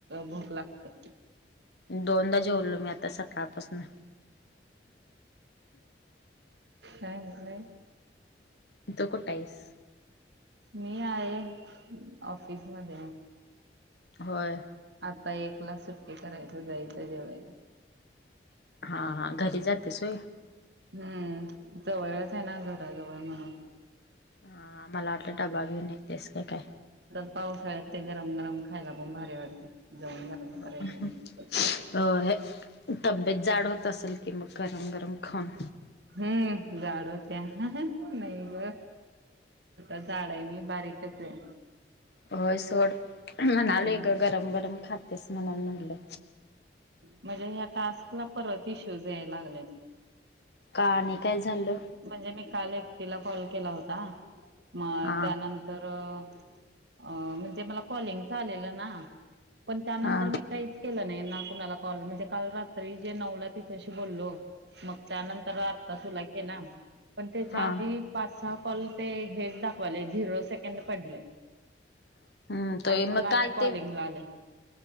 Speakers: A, on the right; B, on the left.
A: भूक लागते.
B: दोनदा जेोललो मी आता सकाळपासून
A: हा बाय.
B: तू कुठेह्यास.
A: मी आहे ऑफिस मध्ये
B: होय.
A: आता एकला सुट्टी करायच जायचं जेव्हायला.
B: हा हा घरी जाते सोय.
A: हम्म जवळच आहे ना घराजवळ मला.
B: हा आ मला आटला डबा घेऊन येतेस का काय?
A: पावसाळ ते गरम गरम खायला पण भारी वाटते. जाऊन गरम
B: अ
A: करायचं
B: अ
A: नाही
B: हे. तब्येत जाड होत असेल की मग गरम गरम खाऊन
A: हम्म गाडो त नाही ग. झाड आहे मी बारीकच आहे.
B: होय सोड म्हणाले
A: हम्म
B: ग गरम गरम खातेस म्हणून म्हणलं.
A: म्हणजे ह्या टास्क ला परत इश्यू जाय लागले.
B: का आणि काय झालं
A: म्हणजे मी काल एकटीला कॉल केला होता म
B: हा
A: त्यानंतर अ म्हणजे मला कॉलिंग आलेलं ना पण त्यानंतर
B: हा
A: तर मी काहीच केलं नाही ना. काल म्हणजे काल रात्री जे नऊला तिच्याशी बोललो मग त्यानंतर आता तुला ला पण त्याच्या
B: हा
A: आधी पाच सहा कॉल ते हेच दाखवाले झिरो सेकंड पडले.
B: हम्म तो
A: आणि मग
B: काल
A: आणि कॉलिंग
B: ते
A: ला आले.